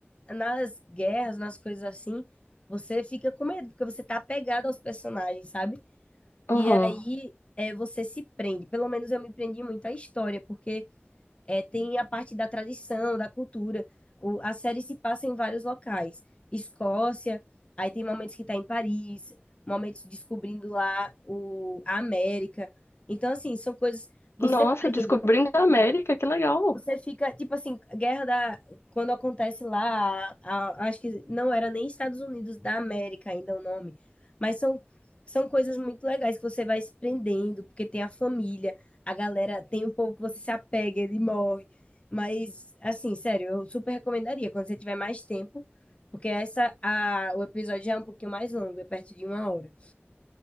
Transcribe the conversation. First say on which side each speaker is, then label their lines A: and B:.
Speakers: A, on the left; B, on the left.
A: nas guerras, nas coisas assim, você fica com medo, porque você tá apegado aos personagens, sabe?
B: Aham.
A: E aí é, você se prende. Pelo menos eu me prendi muito à história, porque é, tem a parte da tradição, da cultura. O- a série se passa em vários locais. Escócia, aí tem momentos que tá em Paris, momentos descobrindo lá o, a América. Então, assim, são coisas. Você
B: Nossa, descobrindo
A: prende.
B: a América, que legal.
A: Você fica, tipo assim, guerra da. Quando acontece lá, a- acho que não era nem Estados Unidos da América ainda o nome, mas são, são coisas muito legais que você vai se prendendo, porque tem a família, a galera, tem um povo que você se apega, ele morre. Mas, assim, sério, eu super recomendaria quando você tiver mais tempo, porque essa, a, o episódio já é um pouquinho mais longo, é perto de uma hora.